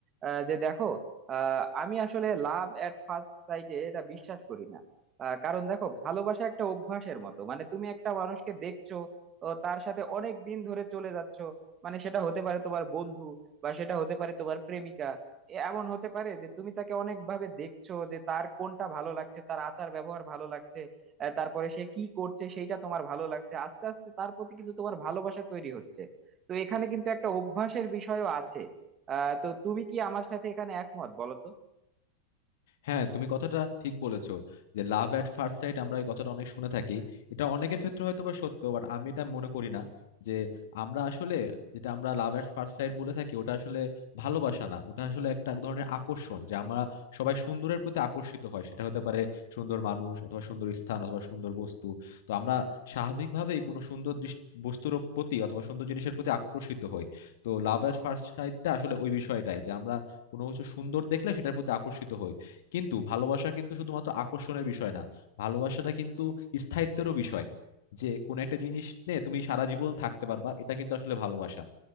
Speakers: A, on the right (about 25°); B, on the left (about 55°).
A: আহ, যে দেখো আহ, আমি আসলে লাভ এট ফার্স্ট সাইটে এটা বিশ্বাস করি না আহ, কারণ দেখো ভালোবাসা একটা অভ্যাসের মতো মানে তুমি একটা মানুষকে দেখছো ও তার সাথে অনেক দিন ধরে চলে যাচ্ছো মানে সেটা হতে পারে তোমার বন্ধু বা সেটা হতে পারে তোমার প্রেমিকা এমন হতে পারে যে তুমি তাকে অনেক ভাবে দেখছো যে তার কোনটা ভালো লাগছে তার আচার ব্যবহার ভালো লাগছে আহ, তারপরে সে কি করছে সেইটা তোমার ভালো লাগছে আস্তে আস্তে তার প্রতি কিন্তু তোমার ভালোবাসা তৈরি হচ্ছে তো এখানে কিন্তু একটা অভ্যাসের বিষয়ও আছে আহ তো তুমি কি আমার সাথে এখানে একমত বলো তো
B: হ্যাঁ তুমি কথাটা ঠিক বলেছো যে লাভ অ্যাট ফার্স্ট সাইট আমরা এই কথাটা অনেক শুনে থাকি এটা অনেকের ক্ষেত্রে হয়তো বা সত্য বাট আমি এটা মনে করি না যে আমরা আসলে যেটা আমরা লাভ অ্যাট ফার্স্ট সাইট বলে থাকি ওটা আসলে ভালোবাসা না ওটা আসলে একটা ধরনের আকর্ষণ যে আমরা সবাই সুন্দরের প্রতি আকর্ষিত হয় সেটা হতে পারে সুন্দর মানুষ অথবা সুন্দর স্থান অথবা সুন্দর বস্তু তো আমরা স্বাভাবিকভাবেই কোনো সুন্দর দৃশ- বস্তুর প্রতি অথবা সুন্দর জিনিসের প্রতি আকর্ষিত হই তো লাভ অ্যাট ফার্স্ট সাইটটা আসলে ওই বিষয়টাই যে আমরা কোনো কিছু সুন্দর দেখলে সেটার প্রতি আকর্ষিত হই কিন্তু ভালোবাসা কিন্তু শুধুমাত্র আকর্ষণের বিষয় না ভালোবাসাটা কিন্তু স্থায়িত্বেরও বিষয় যে কোনো একটা জিনিস নিয়ে তুমি সারা জীবন থাকতে পারবা এটা কিন্তু আসলে ভালোবাসা